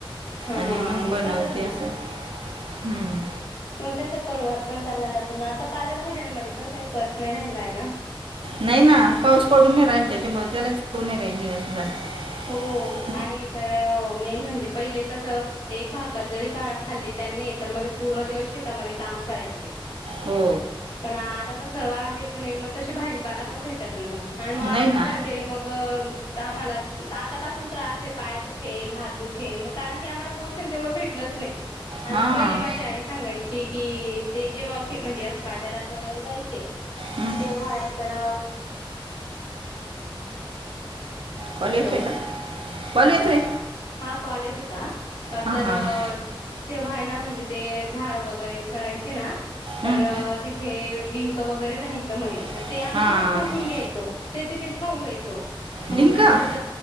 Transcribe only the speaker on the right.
आणि मग बनवते
असं
हम्म
नाही ना पाऊस पडून राहिल त्याच्यामुळे त्याला चव नाही राहील असं झालं
हो
नाही ना
हां
हम्म.
कॉलेच
आहे का कॉल
येतोय
हां
हां हां
ना हं.
नाही.
हां
डिंक
हा, ते झाडाचं